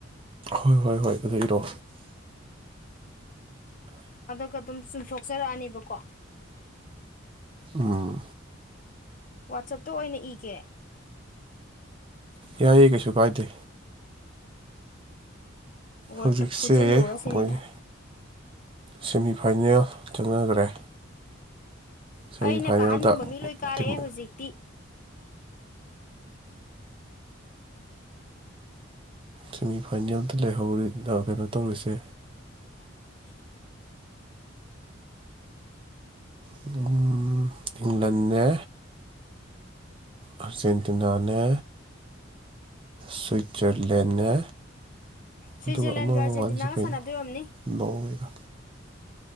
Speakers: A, on the right; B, on the left.
A: ꯍꯣꯏ ꯍꯣꯏ ꯍꯣꯏ ꯑꯗꯨ ꯏꯔꯣ
B: ꯑꯗꯨꯒ ꯑꯗꯨꯝ ꯆꯨꯝꯊꯣꯛꯆꯔꯛꯑꯅꯦꯕꯀꯣ
A: ꯑꯥ
B: ꯋꯥꯠꯆꯞꯇ ꯑꯣꯏꯅ ꯏꯒꯦ ꯎꯝ
A: ꯌꯥꯏꯌꯦ ꯀꯩꯁꯨ ꯀꯥꯏꯗꯦ
B: ꯋꯥꯔꯗ
A: ꯍꯧꯖꯤꯛꯁꯦ
B: ꯐꯨꯖꯜꯂꯨꯔ ꯁꯤꯅꯤꯗ
A: ꯃꯣꯏꯒꯤ ꯁꯦꯃꯤꯐꯥꯏꯅꯦꯜ ꯆꯪꯅꯈ꯭ꯔꯦ ꯁꯦꯃꯤꯐꯥꯏꯅꯦꯜꯗ
B: ꯑꯩꯅ ꯀꯥꯍꯟꯅꯤꯡꯕ ꯃꯤ ꯂꯣꯏ ꯀꯥꯔꯛꯑꯦ
A: ꯇꯤꯝ
B: ꯍꯧꯖꯤꯛꯇꯤ
A: ꯁꯦꯃꯤꯐꯥꯏꯅꯦꯜꯗ ꯂꯩꯍꯧꯔꯤ ꯑꯥ ꯀꯩꯅꯣ ꯇꯧꯔꯤꯁꯦ
B: <inaudible>
A: ꯑꯗꯨꯝ ꯏꯪꯂꯟꯅꯦ ꯑꯔꯖꯦꯟꯇꯤꯅꯅꯦ ꯁꯨꯏꯖꯔꯂꯦꯟꯅꯦ
B: ꯁ꯭ꯋꯤꯖꯔꯂꯦꯟꯒ
A: ꯑꯗꯨꯒ ꯑꯃ
B: ꯑꯥꯔꯖꯦꯟꯇꯤꯅꯥꯒ
A: ꯋꯥꯠꯂꯤꯁꯤ ꯀꯩꯅꯣ
B: ꯁꯥꯟꯅꯗꯣꯏꯔꯝꯅꯤ
A: ꯅꯣꯔꯋꯦꯒ